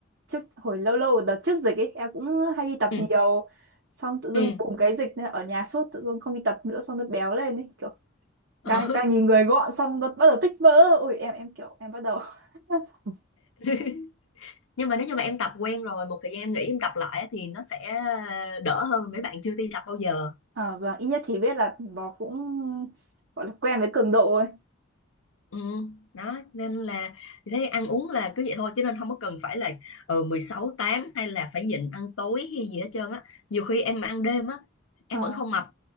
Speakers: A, on the right; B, on the left.
A: trước hồi lâu lâu đợt trước dịch ấy em cũng hay đi tập
B: Ừ.
A: nhiều xong tự dưng
B: Ừ.
A: cùng cái dịch này ở nhà sốt tự dưng không đi tập nữa xong nó béo lên ấy kiểu
B: Ờ.
A: đang đang nhìn người gọn xong nó bắt đầu tích vỡ ui em em kiểu em bắt đầu <laughs>
B: <laughs> Nhưng mà nếu như mà em tập quen rồi một thời gian em nghĩ em tập lại á, thì nó sẽ đỡ hơn mấy bạn chưa đi tập bao giờ.
A: à, vâng ít nhất thì biết là nó cũng gọi là quen với cường độ rồi
B: Ừ, đó nên là thế ăn uống là cứ vậy thôi chứ nên không có cần phải là ừ, 16 8 hay là phải nhịn ăn tối hay gì hết trơn á. Nhiều khi em mà ăn đêm á em
A: à,
B: vẫn không mập.